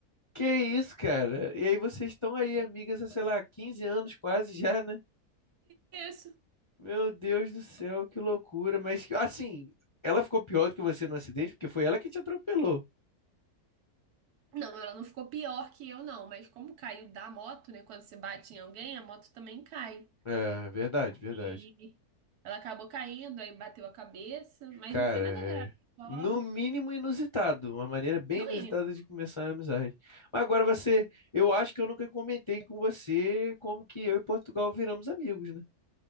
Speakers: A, on the left; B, on the right.
A: Que isso, cara? E aí vocês estão aí, amigas, há, sei lá, 15 anos quase já, né?
B: Isso.
A: Meu Deus do céu, que loucura. Mas assim, ela ficou pior do que você no acidente, porque foi ela que te atropelou.
B: Não, ela não ficou pior que eu, não. Mas como caiu da moto, né? Quando você bate em alguém, a moto também cai.
A: É, verdade, verdade.
B: E ela acabou caindo, aí bateu a cabeça, mas
A: Cara,
B: não foi nada
A: é
B: grave, só
A: no mínimo inusitado, uma maneira bem
B: no
A: inusitada
B: mínimo.
A: de começar a amizade. Mas agora você, eu acho que eu nunca comentei com você como que eu e Portugal viramos amigos, né?